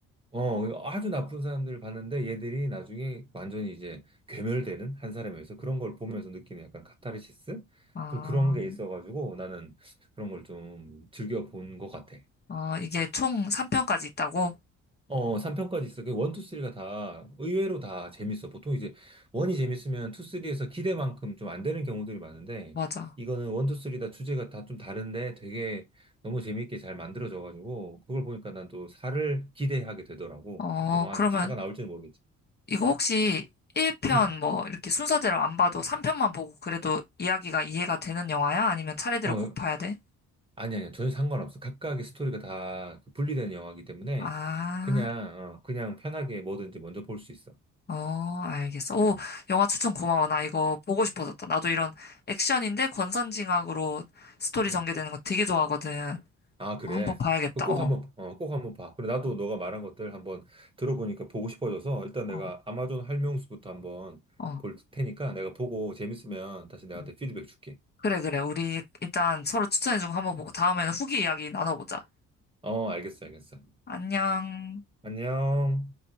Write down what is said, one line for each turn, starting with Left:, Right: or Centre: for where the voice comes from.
Right: 어, 아주 나쁜 사람들을 봤는데 얘들이 나중에 완전히 이제 괴멸되는 한 사람에서 그런 걸 보면서 느끼는 약간 카타르시스?
Left: 아,
Right: 좀 그런 게 있어가지고 나는 그런 걸 좀 즐겨 본 것 같아.
Left: 어, 이게 총 3편까지 있다고?
Right: 어, 3편까지 있어. 그 1, 2, 3가 다 의외로 다 재밌어. 보통 이제 1이 재밌으면 2, 3에서 기대만큼 좀 안 되는 경우들이 많은데
Left: 맞아.
Right: 이거는 1, 2, 3 다 주제가 다 좀 다른데 되게 너무 재밌게 잘 만들어져가지고 그걸 보니까 난 또 4를 기대하게 되더라고.
Left: 어,
Right: 근데 뭐
Left: 그러면
Right: 아직 4가 나올지는 모르겠지.
Left: 이거 혹시 1편
Right: 음.
Left: 뭐 이렇게 순서대로 안 봐도 3편만 보고 그래도 이야기가 이해가 되는 영화야? 아니면 차례대로
Right: 어,
Left: 꼭 봐야 돼?
Right: 아니 아니 전혀 상관없어. 각각의 스토리가 다그 분리된 영화이기 때문에
Left: 아,
Right: 그냥 어, 그냥 편하게 뭐든지 먼저 볼 수 있어.
Left: 어, 알겠어. 오,
Right: 음.
Left: 영화 추천 고마워. 나 이거 보고 싶어졌다. 나도 이런 액션인데 권선징악으로 스토리
Right: 음.
Left: 전개되는 거 되게 좋아하거든.
Right: 아, 그래.
Left: 어, 한번 봐야겠다.
Right: 그꼭
Left: 어,
Right: 한번, 어, 꼭 한번 봐. 그래, 나도
Left: 어,
Right: 너가 말한 것들 한번 들어보니까 보고 싶어져서 일단 내가
Left: 어,
Right: 아마존 할명수부터 한번
Left: 어.
Right: 볼 테니까 내가 보고 재밌으면 다시 내한테
Left: 응.
Right: 피드백 줄게.
Left: 그래, 그래. 우리 일단 서로 추천해준 거 한번 보고 다음에는 후기 이야기 나눠보자.
Right: 어, 알겠어, 알겠어.
Left: 안녕.
Right: 안녕.